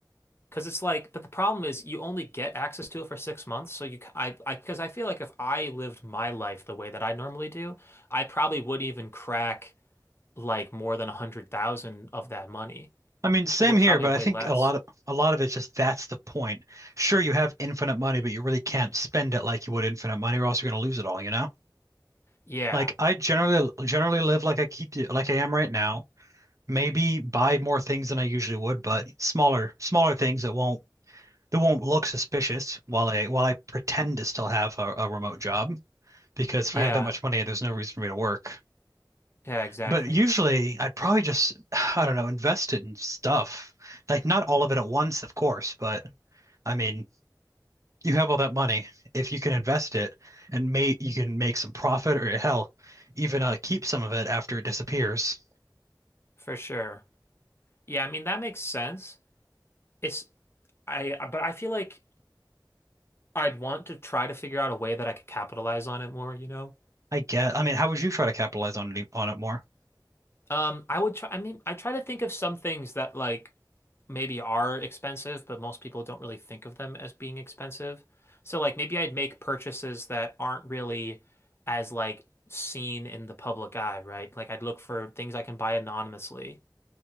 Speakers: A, on the left; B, on the right.
A: Because it's like, but the problem is you only get access to it for six months. So you, I, I, because I feel like if I lived my life the way that I normally do, I probably would even crack like more than a hundred thousand of that money.
B: I mean, same
A: Would
B: here,
A: probably
B: but
A: way
B: I think
A: less.
B: a lot of a lot of it's just that's the point. Sure, you have infinite money, but you really can't spend it like you would infinite money, or else you're going to lose it all, you know?
A: Yeah,
B: Like I generally generally live like I keep like I am right now. Maybe buy more things than I usually would, but smaller smaller things that won't They won't look suspicious while I while I pretend to still have a, a remote job because if
A: yeah,
B: I have that much money, there's no reason for me to work.
A: yeah, exactly,
B: But usually, I'd probably just, I don't know, invest it in stuff. Like not all of it at once, of course, but I mean, you have all that money. If you can invest it and may you can make some profit or hell, even uh, keep some of it after it disappears.
A: for sure. Yeah, I mean that makes sense. It's I, but I feel like I'd want to try to figure out a way that I could capitalize on it more. You know,
B: I get. I mean, how would you try to capitalize on it, e, on it more?
A: um, I would try. I mean, I try to think of some things that like. maybe are expensive, but most people don't really think of them as being expensive. So like maybe I'd make purchases that aren't really as like seen in the public eye, right? Like I'd look for things I can buy anonymously